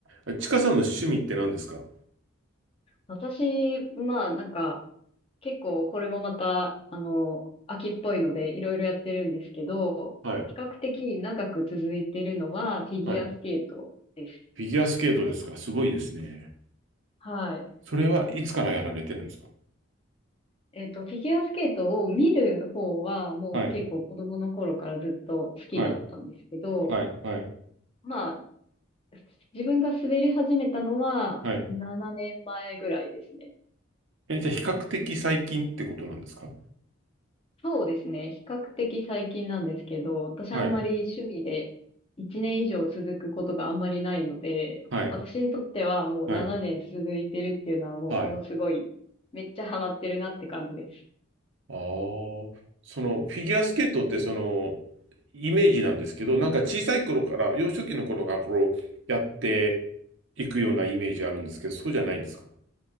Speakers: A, on the right; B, on the left.
A: えちかさんの趣味って何ですか
B: 私、まあなんか、結構これもまた、あの、秋っぽいのでいろいろやってるんですけど、
A: はい。
B: 比較的長く続いてるのはフィギュアスケートです。
A: はい。フィギュアスケートですかすごいですね。
B: はい。
A: それはいつからやられてるんですか
B: えっと、フィギュアスケートを見る方はもう結構子供の頃からずっと好きだったんですけど、
A: はい、はい、はい、はい、
B: まあ自分が滑り始めたのは7年前ぐらいですね。
A: はい。え、じゃあ比較的最近ってことなんですか
B: そうですね。比較的最近なんですけど、私あんまり趣味で1年以上続くことがあんまりないので、
A: はい、はい、
B: 私にとってはもう7年続いてるっていうのはもうものすごい、
A: はい、はい。
B: めっちゃハマってるなって感じです。
A: ああ、そのフィギュアスケートってそのイメージなんですけど、なんか小さい頃から、幼少期の頃からこうやっていくようなイメージあるんですけど、そうじゃないんですか